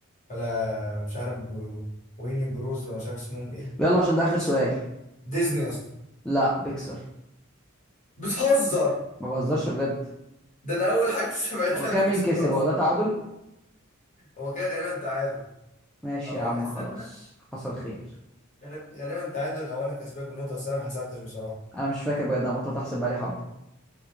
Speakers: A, on the left; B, in the centre.
A: ولا مش عارف ويني بروز ولا مش عارف اسمهم ايه
B: يلا عشان ده اخر سؤال
A: ديزني يا اسطى
B: لا بيكسر
A: بتهزر
B: ما بهزرش بجد
A: ده انا اول حاجه <laughs> سمعتها
B: هو كام
A: بيكسر
B: مين كسب
A: اصلا
B: هو ده تعادل
A: هو كده غالبا تعادل
B: ماشي
A: او
B: يا عم
A: استنى
B: خلاص حصل خير
A: غالب- غالبا تعادل او انا كسبك بنقطه بس انا ما حسبتش بصراحه
B: انا مش فاكر بجد انا بطلت احسب بقالي حبة